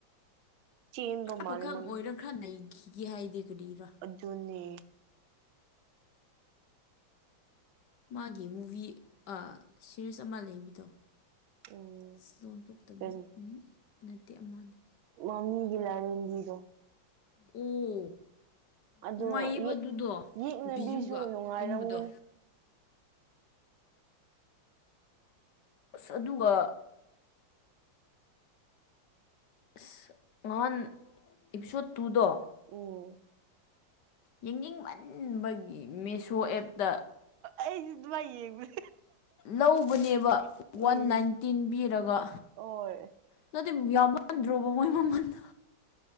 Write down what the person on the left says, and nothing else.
ꯈꯔ
ꯄꯥꯈꯪ
ꯑꯣꯏꯔ ꯈꯔ ꯅꯩꯈꯤꯒꯦ ꯍꯥꯏꯗꯦ ꯀꯔꯤꯔꯣ
ꯃꯥꯒꯤ ꯃꯨꯚꯤ ꯑ ꯁꯤꯔꯤꯁ ꯑꯃ ꯂꯩꯕꯗꯣ
<unintelligible> ꯇꯥꯕꯤ
ꯑꯝ ꯅꯠꯇꯦ ꯑꯃꯅꯦ
ꯑꯣ
ꯅꯨꯡꯉꯥꯏꯕꯗꯨꯗꯣ
ꯕꯤꯖꯨꯒ
ꯀꯨꯝꯕꯗꯣ ꯑꯁ ꯑꯗꯨꯒ ꯑꯁ ꯉꯍꯥꯟ ꯑꯦꯛꯁꯣꯠ ꯇꯨꯗꯣ
ꯌꯦꯡꯅꯤꯡꯃꯟꯕꯒꯤ ꯃꯦꯁꯣ ꯑꯦꯞꯇ
ꯂꯧꯕꯅꯦꯕ ꯋꯥꯟ
ꯅꯥꯏꯟꯇꯤꯟ ꯄꯤꯔꯒ
ꯅꯠꯇꯦ ꯌꯥꯝꯃꯟꯗ꯭ꯔꯣꯕ ꯃꯣꯏ ꯃꯃꯟꯗꯣ